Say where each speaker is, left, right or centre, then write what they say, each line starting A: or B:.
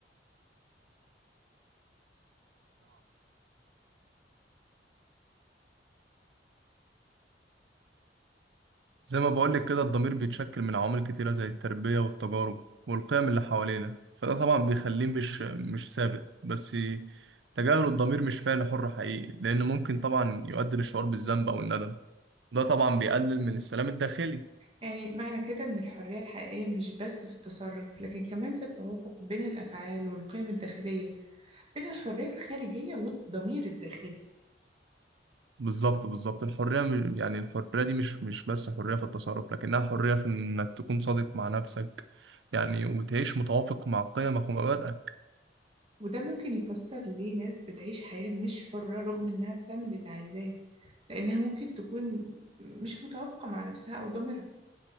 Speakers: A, on the right (about 90°); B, on the right (about 35°).
A: زي ما بقولك كده الضمير بيتشكل من عوامل كتيرة زي التربية والتجارب والقيم اللي حوالينا فده طبعا بيخليه مش مش ثابت بس تجاهل الضمير مش فعل حر حقيقي لأن ممكن طبعا يؤدي للشعور بالذنب أو الندم ده طبعا بيقلل من السلام الداخلي
B: يعني معنى كده إن الحرية الحقيقية مش بس في التصرف لكن كمان في التوافق بين الأفعال والقيم الداخلية بين الحرية الخارجية والضمير الداخلي
A: بالظبط بالظبط الحرية م- يعني الحرية دي مش مش بس حرية في التصرف لكنها حرية في إنك تكون صادق مع نفسك يعني وتعيش متوافق مع قيمك ومبادئك
B: وده ممكن يفسر ليه ناس بتعيش حياة مش حرة رغم إنها بتعمل اللي عايزاه لأنها ممكن تكون مش متوافقة مع نفسها أو ضميرها